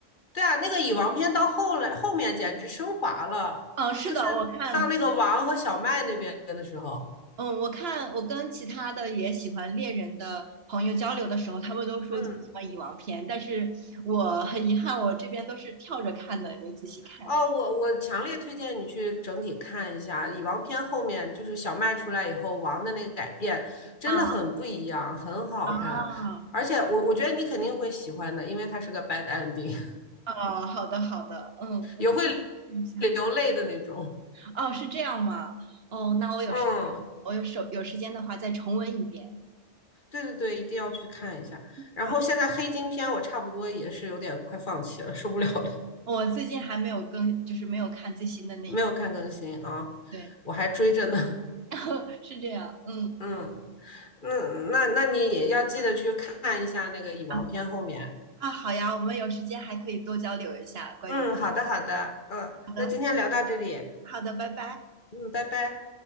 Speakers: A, on the left; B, on the right.
A: 对啊，那个蚁王篇到后来后面简直升华了，
B: 嗯、呃是的，
A: 就是到那个王和小麦那边的时候，
B: 我看，嗯，我看我跟其他的也喜欢猎人的朋友交流的时候，他们都说喜欢蚁王篇，
A: 嗯，
B: 但是我很遗憾，我这边都是跳着看的，也没仔细看。
A: 哦，我我强烈推荐你去整体看一下蚁王篇后面，就是小麦出来以后王的那个改变，真的很不一样，
B: 啊
A: 很好看，
B: 啊，啊！
A: 而且我我觉得你肯定会喜欢的，因为它是个 bad ending，
B: 哦好的好的，嗯，
A: <laughs>
B: 我看一下。
A: 也会流泪的那种，
B: <laughs> 哦，是这样吗？哦，那我有时
A: 嗯。
B: 我有手有时间的话再重温一遍。
A: 对对对，一定要去看一下。然后现在黑金篇我差不多也是有点快放弃了，
B: 好，
A: 受不了了。
B: 我最近还没有更，就是没有看最新的那一部。
A: 没有看更新啊，
B: 对，
A: 我还追着呢。
B: <laughs> 是这样。嗯
A: <laughs> 嗯，那那那你也要记得去看一下那个蚁王篇后面。
B: 啊啊，好呀，我们有时间还可以多交流一下关于。
A: 嗯，好的好的，嗯，
B: 好的，
A: 那今天聊到这里，
B: 好的，拜拜。
A: 嗯，拜拜。